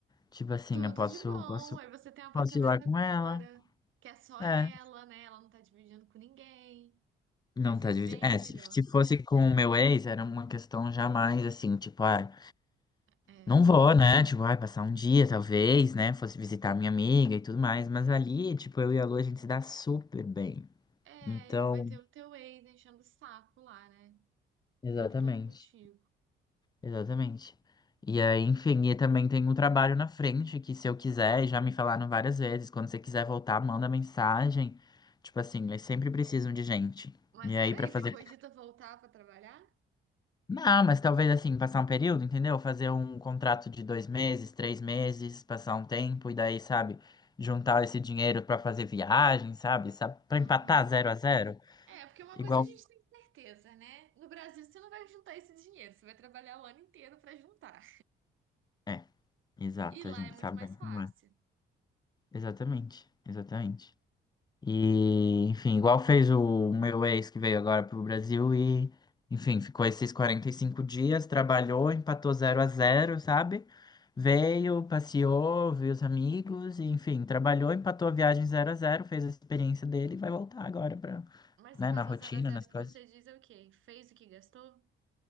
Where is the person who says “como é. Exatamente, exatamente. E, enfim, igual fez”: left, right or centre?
Left